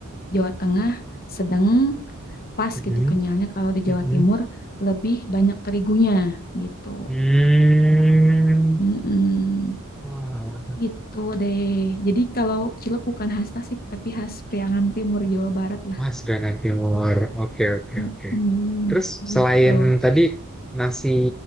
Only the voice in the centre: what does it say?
Mhm.
Mhm.
Hmm.
Wah,
Mas Granat Timur. Oke, oke,
oke. Terus
selain tadi nasi